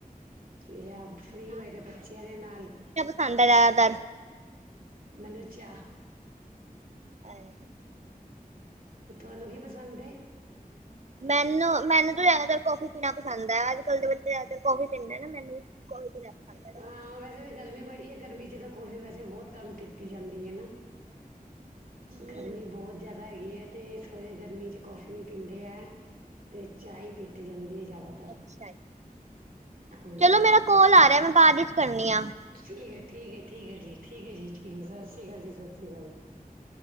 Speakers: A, on the right; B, on the right.
A: ਯ ਫ੍ਰਰੀ ਹੋਏ ਤੇ ਬੱਚਿਆਂ ਦੇ ਨਾਲ
B: ਭੰਡ ਜਿਆਦਾਤਰ
A: ਮੈਨੂ ਚਾਹ
B: ਔਕੇ
A: ਫਿਰ ਤੁਹਾਨੂੰ ਕੀ ਪਸੰਦ ਏ?
B: ਮੈਨੂੰ ਮੈਨੂੰ ਤਾਂ ਜਿਆਦਾਤਰ ਕੋਫੀ ਪੀਣਾ ਪਸੰਦ ਹੈ ਅੱਜ ਕੱਲ੍ਹ ਦੇ ਬੱਚੇ ਜ਼ਿਆਦਾਤਰ ਕੋਫੀ ਪੀਦੇ ਨੇ ਮੈਨੂੰ ਕਾਫੀ ਪੀਣਾ ਪਸੰਦ ਹੈ ਜ਼ਿਆਦਾਤਰ
A: ਹਾਂ ਵੈਸੇ ਵੀ ਗਰਮੀ ਬੜੀ ਹੈ ਗਰਮੀ ਚ ਤਾਂ ਕੋਫੀ ਵੈਸੇ ਬਹੁਤ ਕਮ ਪੀਤੀ ਜਾਂਦੀ ਆ ਨਾ
B: ਹਮ
A: ਗਰਮੀ ਬਹੁਤ ਜ਼ਿਆਦਾ ਹੈਗੀ ਹੈ ਤੇ, ਸਵੇਰੇ ਗਰਮੀ ਚ ਕੌਫੀ ਨੀ ਪੀਂਦੇ ਐ ਤੇ ਚਾਹ ਈ ਪੀਤੀ ਜਾਂਦੀ ਏ ਜ਼ਿਆਦਾ
B: ਅੱਛਾ ਜੀ,
A: ਹਾਂਜੀ
B: ਚਲੋ ਮੇਰਾ
A: ਹਾਂਜੀ
B: ਕੋਲ ਆ ਰਿਹਾ ਮੈਂ ਬਾਦ ਇਚ ਕਰਨੀ ਆਂ
A: ਠੀਕ ਏ ਠੀਕ ਏ ਠੀਕ ਏ ਜੀ ਠੀਕ ਏ ਜੀ ਠੀਕ ਏ ਸਤਿ ਸ੍ਰੀ ਅਕਾਲ ਜੀ ਸਤਿ ਸ੍ਰੀ ਅਕਾਲ